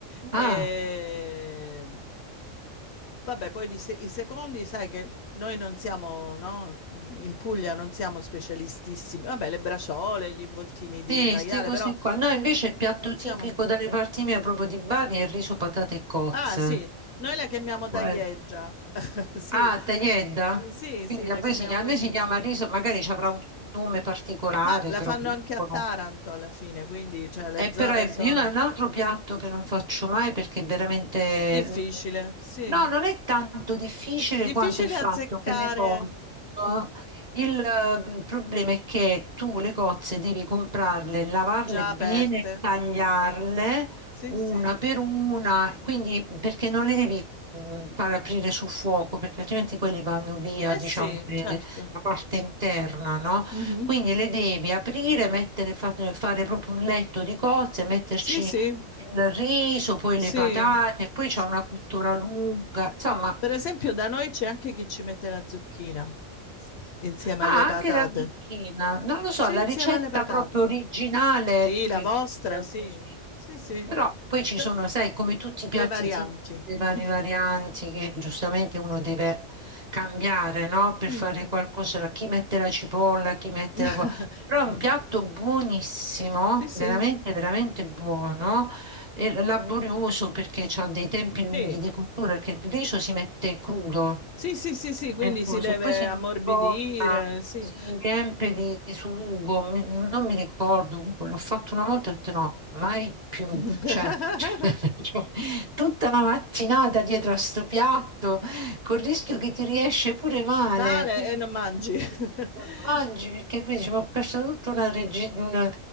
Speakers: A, on the left (about 65°); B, on the right (about 40°).
A: E...
B: Ah,
A: Vabbè, poi di se- i secondi, sai che noi non siamo, no? In Puglia non siamo specialistissimi. Vabbè, le braciole, gli involtini di
B: sì,
A: maiale,
B: queste cose
A: però
B: qua. No, invece
A: ehm,
B: il piatto
A: non
B: tipico
A: siamo...
B: dalle parti mie, proprio di Bari, è il riso, patate e cozze.
A: Ah, sì, noi la chiamiamo taglieggia.
B: Uè.
A: <laughs> Sì,
B: Ah,
A: eh,
B: tagliedda?
A: sì,
B: Quindi
A: sì, la
B: a voi
A: chiamiamo
B: si chiama,
A: così.
B: a noi si chiama riso, magari ci avrà un nome particolare,
A: Ma la
B: però
A: fanno
B: io
A: anche
B: conosco.
A: a Taranto alla fine, quindi cioè, le
B: Eh,
A: zone
B: però è-
A: sono
B: io ho un altro piatto che non faccio mai perché è veramente...
A: difficile, sì.
B: No, non è tanto difficile
A: Difficile
B: quanto il fatto
A: azzeccare
B: che le cozze... eh.
A: mm,
B: Il eh, problema è che tu le cozze devi comprarle, lavarle
A: già
B: bene,
A: aperte.
B: tagliarle
A: Sì,
B: una
A: sì.
B: per una, quindi perché non le devi mh, far aprire sul fuoco, perché altrimenti quelli vanno via,
A: Eh
B: diciamo,
A: sì,
B: eh,
A: certo.
B: la parte interna, no?
A: Mh-mh.
B: Quindi le devi aprire, mettere, fa- fare proprio un letto di cozze, metterci
A: Sì, sì.
B: il riso, poi le
A: Sì.
B: patate, poi c'è
A: S
B: una cottura lunga, insomma.
A: per esempio da noi c'è anche chi ci mette la zucchina s insieme
B: Ah,
A: alle patate.
B: anche la zucchina. Non lo
A: Sì,
B: so, la
A: insieme
B: ricetta
A: alle patate.
B: proprio originale
A: Sì,
B: credo
A: la vostra,
B: sia
A: sì.
B: così.
A: Sì, sì.
B: Però poi ci
A: Però
B: sono, sai, come tutti i piatti
A: le varianti.
B: tipici, le
A: <laughs>
B: varie varianti che giustamente uno deve cambiare, no? Per
A: Mh.
B: fare qualcosa. Chi mette la cipolla, chi mette
A: Mh.
B: la... qua- Però
A: <laughs>
B: è un piatto buonissimo,
A: Sì, sì.
B: veramente, veramente buono, e laborioso perché ha dei tempi lunghi
A: Sì.
B: di cottura, perché il riso si mette crudo
A: Sì, sì, sì, sì, quindi
B: per cui
A: si deve
B: se poi si informa,
A: ammorbidire, sì.
B: si riempie di di sugo, mi- non mi ricordo, comunque l'ho fatto una volta e ho detto no, mai più,
A: <laughs>
B: cioè, <laughs> cioè, cioè, tutta la mattinata dietro a sto piatto, col rischio che ti riesce pure male,
A: Male
B: quindi
A: e non mangi.
B: alla fine
A: <laughs>
B: ti lo mangi
A: Po-
B: perché poi dici, "Ma ho perso tutta una, regi- una-